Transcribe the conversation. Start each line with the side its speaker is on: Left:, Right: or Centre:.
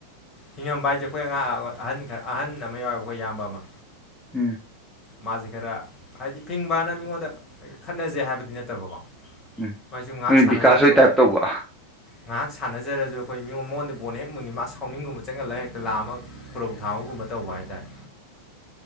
Left: ꯐꯤꯡꯉꯝꯕ ꯍꯥꯏꯁꯦ ꯑꯩꯈꯣꯏ ꯑꯉꯥꯡ ꯑꯍꯟ ꯈꯔ ꯑꯍꯟ ꯑꯃ ꯌꯥꯎꯋꯦꯕ ꯑꯩꯈꯣꯏ ꯎꯌꯥꯝꯕ ꯑꯃ
Centre: ꯎꯝ
Left: ꯃꯥꯁꯦ ꯈꯔ ꯍꯥꯏꯗꯤ ꯐꯤꯡꯕꯅ ꯃꯤꯉꯣꯟꯗ ꯈꯠꯅꯖꯦ ꯍꯥꯏꯕꯗꯤ ꯅꯠꯇꯕꯀꯣ
Centre: ꯎꯝ
Left: ꯃꯣꯏꯁꯨ ꯉꯥꯏꯍꯥꯛ
Centre: ꯅꯣꯏ
Left: ꯁꯥꯟꯅꯖꯕꯗꯨꯝ
Centre: ꯕꯤꯀꯥꯁ ꯍꯣꯏ ꯇꯥꯏꯞ ꯇꯧꯕ
Left: ꯉꯥꯏꯍꯥꯛ ꯁꯥꯟꯅꯖꯔꯁꯨ ꯑꯩꯈꯣꯏ ꯃꯤꯉ ꯃꯉꯣꯟꯗ ꯕꯣꯟ ꯍꯦꯛ ꯃꯨꯟꯒꯤ ꯃꯥ ꯁꯥꯎꯅꯤꯡꯒꯨꯝꯕ ꯆꯪꯒꯠꯂꯒꯦꯛꯇ ꯂꯥꯝꯃ‌ ‌ ꯈꯨꯔꯧ ꯊꯥꯕꯒꯨꯝꯕ ꯇꯧꯕ ꯍꯥꯏꯇꯥꯔꯦ
Centre: <inaudible>